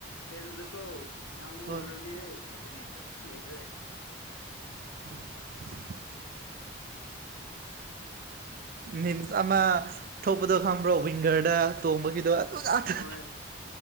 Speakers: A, on the left; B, on the right.
A: ꯐꯦꯁꯗꯨꯀꯣ ꯉꯥꯡꯃꯨ
B: ꯍꯣꯏ
A: ꯍꯧꯔꯕꯅꯤ ꯍꯦ ꯍꯧꯖꯤꯗꯇꯤ ꯇꯨꯃꯤꯟ ꯂꯩꯈ꯭ꯔꯦ꯫
B: <unintelligible>
A: ꯑꯁꯤ ꯃꯣꯏꯗ
B: ꯃꯤꯟꯁ ꯑꯃ ꯊꯣꯛꯄꯗꯣ ꯈꯪꯕ꯭ꯔꯣ ꯋꯤꯡꯒꯔꯗ ꯇꯣꯡꯕꯒꯤꯗꯣ ꯉꯥꯛꯇ
A: ꯍꯣꯏ